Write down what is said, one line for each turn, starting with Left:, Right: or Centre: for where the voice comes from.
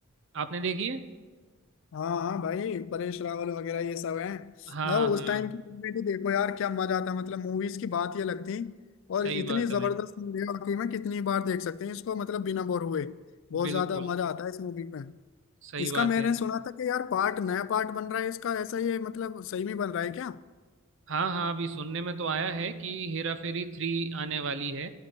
Right: आपने देखी है
Left: हाँ हाँ भाई परेश रावल वगैरह ये सब हैं
Right: हाँ
Left: ना
Right: हाँ
Left: उस
Right: हाँ।
Left: टाइम की मूवी तो देखो यार क्या मजा आता मतलब मूवीज की बात ये लगती और
Right: सही
Left: इतनी
Right: बात
Left: जबरदस्त
Right: है भाई
Left: मूवी है वाकई में कितनी बार देख सकते हैं इसको मतलब बिना बोर हुए बहुत
Right: बिल्कुल
Left: ज्यादा मजा आता है इस मूवी में
Right: सही
Left: इसका
Right: बात
Left: मैंने
Right: है
Left: सुना था कि यार पार्ट नया पार्ट बन रहा है इसका ऐसा ये मतलब सही में बन रहा है क्या
Right: हाँ हाँ अभी सुनने में तो आया है कि हेरा फेरी थ्री आने वाली है